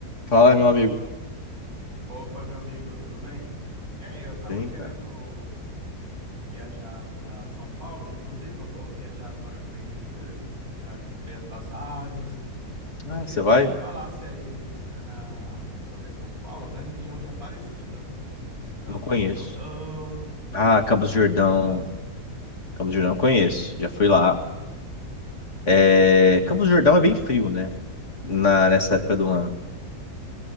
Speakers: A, on the left; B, on the right.
A: Fala, meu amigo.
B: Opa, meu amigo, tudo bem? É, eu
A: Tudo
B: tava
A: Bem,
B: querendo
A: cara.
B: viajar para São Paulo, inclusive eu vou viajar agora no mês de julho, já comprei as passagens. Eu
A: Ah,
B: queria
A: você
B: que
A: vai?
B: você me falasse aí na, sobre São Paulo, na região de Aparecida, Campos
A: Não conheço.
B: do Jordão, Uba,
A: Ah, Campos
B: Ubatuba.
A: do Jordão. Campos do Jordão eu conheço. Já fui lá. É... Campos do Jordão é bem frio, né? Na... Nessa época do ano.